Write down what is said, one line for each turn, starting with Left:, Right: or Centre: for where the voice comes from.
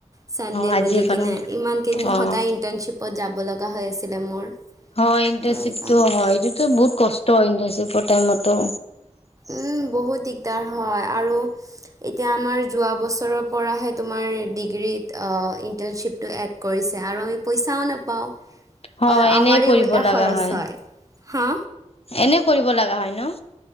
Right: ছানডে'
Left: অ আজিয়ে
Right: বুলি
Left: পালা
Right: কিনে ইমান কেইদিন
Left: অ
Right: সদায় ইণ্টাৰ্ণশ্বিপত যাব লগা হৈ আছিলে মোৰ
Left: হয় ইণ্টাৰ্ণশ্বিপটো
Right: ত' সেইকাৰণে
Left: হয় এইটোতো বহুত কষ্ট হয় ইণ্টাৰনশ্বিপৰ টাইমতো
Right: উম বহুত দিগদাৰ হয় আৰু এতিয়া আমাৰ যোৱা বছৰৰ পৰাহে তোমাৰ দিগ্ৰীত আ ইটাৰশ্বিপটো এড কৰিছে আৰু আমি পইচাও নাপাওঁ
Left: হয়
Right: অ
Left: এনে
Right: আমাৰ
Left: কৰিব
Right: উল্টা
Left: লগা
Right: খৰচ
Left: হয়
Right: হয। হা?
Left: এনে কৰিব লগা হয় ন?